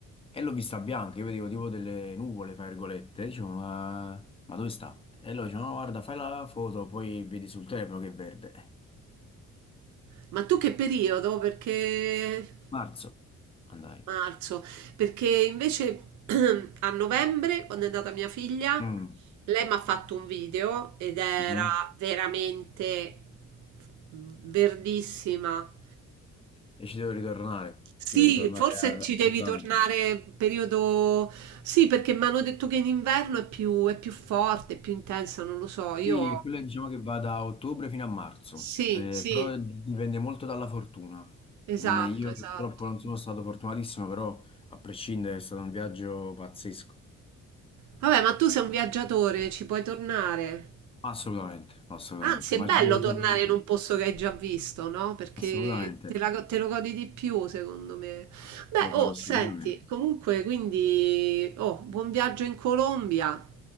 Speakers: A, on the left; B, on the right.
A: E l'ho vista bianca, io vedevo tipo delle nuvole, fra virgolette, dicevo, ma, ma dove sta? E loro dicevano, no, guarda, fai la foto, poi vedi sul telefono che è verde. Eh,
B: Ma tu che periodo? Perché
A: Marzo, andai.
B: marzo? Perché invece <clears throat> a novembre, quando è nata mia figlia,
A: Mm.
B: lei mi ha fatto un video ed era
A: Mhm.
B: veramente verdissima.
A: E ci devo ritornare,
B: Sì,
A: ci devo ritornare
B: forse
A: a-
B: ci
A: assolutamente.
B: devi tornare periodo... Sì, perché mi hanno detto che in inverno è più, è più forte, è più intensa, non lo so. Io...
A: Sì, e quello diciamo che va da ottobre fino a marzo,
B: Sì,
A: eh,
B: sì,
A: però dipende molto dalla fortuna.
B: esatto,
A: Eh, Io
B: esatto.
A: purtroppo non sono stato fortunatissimo, però a prescindere è stato un viaggio pazzesco.
B: Vabbè, ma tu sei un viaggiatore, ci puoi tornare.
A: Assolutamente, assolutamente,
B: Anzi, è
A: ma
B: bello
A: ci devo ritornare.
B: tornare
A: ancora.
B: in un posto che hai già visto, no? Perché
A: Assolutamente,
B: te, la go- te lo godi di più, secondo me. Beh,
A: lo farò
B: oh,
A: sicuramente.
B: senti, comunque, quindi, oh, buon viaggio in Colombia.